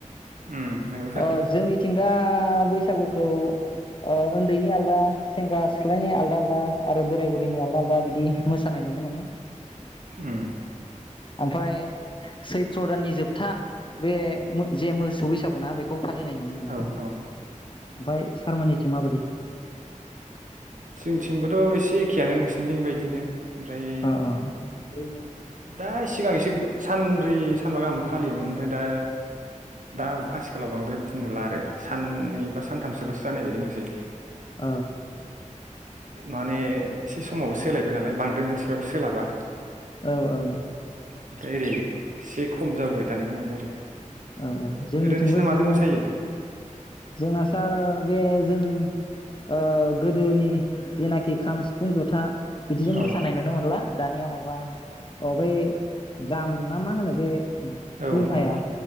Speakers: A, on the right; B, on the left.
A: उम नंगौ सार
B: अ जोंनिथिं दा बै बैसागुखौ ओ उन्दैनि आलदा सेंग्रा सिख्लानि आलदा आलदा आरो बोराय बुरैनि आलदा आलदा बिदि मोसानाय नुनो मोनो।
A: उम
B: <inaudible> ओमफाय सैथ्र दाननि जोबथा बे मो जे मोसौ बैसागु ना बेखौ फालिनाय नुनो मोना
A: औ
B: ओमफाय
A: औ
B: सार मानिथिं माबायदि?
A: जोंथिंबोथ' एसे एखेयानो नोंसोर बिनि बायदिनो ओमफ्राय
B: अ अ <unintelligible>
A: दा सिगां एसे सानब्रै सानबा गाहाम फालियोमोन ओमफ्राय दा दा आथिखालाव बांद्राय बिदि नुला आरो सान नैबा सानथामसोल'सो जानाय बायदि नुसै
B: औ
A: माने एसे समावबो सोलायबाय नालाय बांद्राय मानसिफ्राबो सोलाबा
B: औ औ
A: ओमफ्राय ओरै एसे खम जाबोबाय थानायखौ नुबाय आरो
B: औ औ जोंनिथिंबो
A: ओरैनो नोंसिना
B: बिदिनो
A: माजों मोसायो
B: जोंना सार बे जों ओ गोदोनि जेनाखि खाम सिफुं जथा बिदिजों मोसानाय
A: औ
B: नुनो मोनला दानिया माबा अ बै द्राम ना मा होनो बे <unintelligible>
A: औ औ
B: लाया